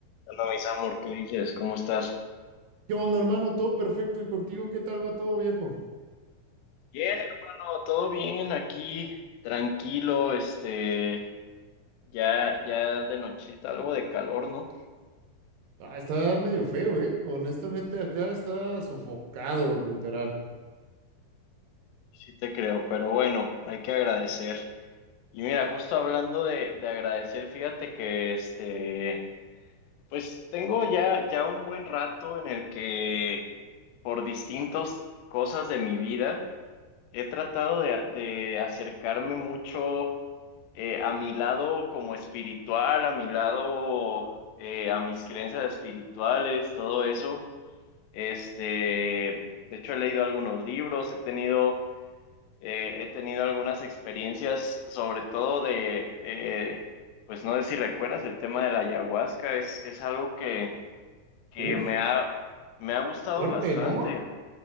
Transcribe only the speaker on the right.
¿Qué onda, hermano? Todo perfecto. ¿Y contigo qué tal va todo, viejo?
Ah, está medio feo, ¿eh? Honestamente, acá está sofocado, literal.
Uf,
fuerte,
¿no?